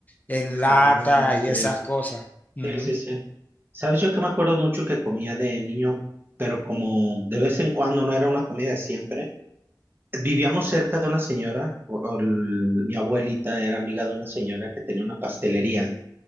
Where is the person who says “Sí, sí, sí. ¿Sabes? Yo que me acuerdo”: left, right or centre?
Right